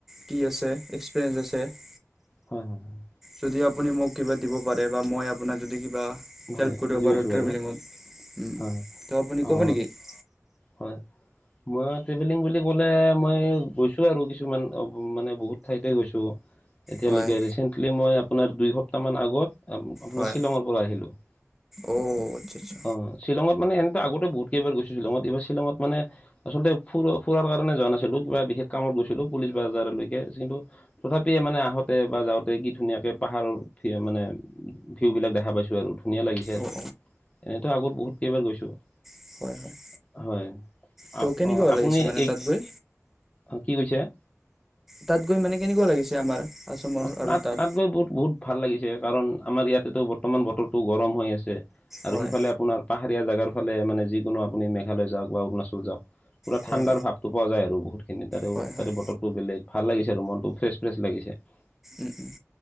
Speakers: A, in the centre; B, on the left.
A: কি আছে? এক্সপেৰিয়েঞ্চ আছে? <unintelligible>
B: হয়-হয়-হয়। <unintelligible>
A: যদি আপুনি মোক কিবা দিব পাৰে বা মই আপোনাক যদি কিবা <unintelligible> হেল্প
B: হয়
A: কৰিব
B: বুজি
A: পাৰোঁ
B: পাইছোঁ
A: ট্ৰেভেলিঙত
B: বাৰু
A: উম ত'
B: হয় হয়
A: আপুনি
B: অ
A: ক'ব নেকি? <unintelligible>
B: হয়। <unintelligible> মই ট্ৰেভেলিং বুলি ক'লে মই গৈছোঁ আৰু কিছুমান মানে বহুত ঠাইতে গৈছোঁ। <unintelligible> এতিয়ালৈকে
A: হয়
B: ৰিচেণ্টলি মই আপোনাৰ দুই সপ্তাহমান আগত আপোনাৰ
A: হয়
B: শ্বিলঙৰ পৰা আহিলোঁ। <unintelligible>
A: অ! আচ্ছা-আচ্ছা। <unintelligible>
B: অঁ শ্বিলঙত মানে এনেকে আগতে বহুত কেইবাৰ গৈছোঁ শ্বিলঙত। এইবাৰ শ্বিলঙত মানে <unintelligible> আচলতে ফুৰা-ফুৰাৰ কাৰণে যোৱা নাছিলো। কিবা বিশেষ কামত গৈছিলো পুলিচ বজাৰলৈকে কিন্তু তথাপি <unintelligible> <unintelligible> তে মানে আহোঁতে বা যাওঁতে কি ধুনীয়াকে পাহাৰৰ মানে ভিউবিলাক দেখা পাইছো আৰু। ধুনীয়া লাগিছে আৰু
A: অ' অ'
B: এনেতো আগত বহুত কেইবাৰ গৈছোঁ। <unintelligible>
A: হয় হয়
B: হয়। <unintelligible>
A: তো
B: অঁ
A: কেনেকুৱা
B: আপুনি
A: লাগিছে মানে
B: এই
A: তাত গৈ
B: অঁ কি কৈছে? <inaudible>
A: তাত গৈ মানে কেনেকুৱা লাগিছে আমাৰ? <unintelligible>
B: <unintelligible>
A: আৰু
B: তাত-তাত
A: তাত
B: গৈ বহুত-বহুত ভাল লাগিছে কাৰণ আমাৰ ইয়াতেতো বৰ্তমান বতৰটো গৰম হৈ আছে আৰু
A: হয়
B: সেইফালে আপোনাৰ <unintelligible> পাহাৰীয়া জেগাৰ ফালে মানে যিকোনো আপুনি মেঘালয় যাওক বা অৰুণাচল যাওক পুৰা
A: হয়
B: ঠাণ্ডাৰ ভাৱ। <unintelligible> <unintelligible> টো পোৱা যায় আৰু বহুতখিনি তাৰে
A: হয় হয় হয়
B: তাতে বতৰটো বেলেগ ভাল লাগিছে আৰু মনটো ফ্ৰেছ-ফ্ৰেছ লাগিছে। <unintelligible>
A: উম <unintelligible>